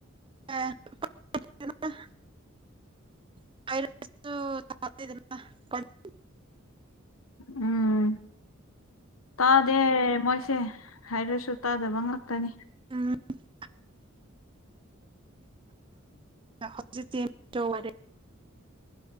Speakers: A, on the right; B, on the left.
A: ꯑ <unintelligible> ꯐ ꯔꯁ ꯆꯃ
B: ꯎꯝ ꯇꯥꯗꯦ ꯃꯣꯏꯁꯦ ꯍꯥꯏꯔꯁꯨ ꯇꯥꯗꯕ ꯉꯥꯛꯇꯅꯤ
A: ꯑꯥ ꯍꯧꯖꯤꯛꯇ ꯗꯤ ꯍꯣꯏ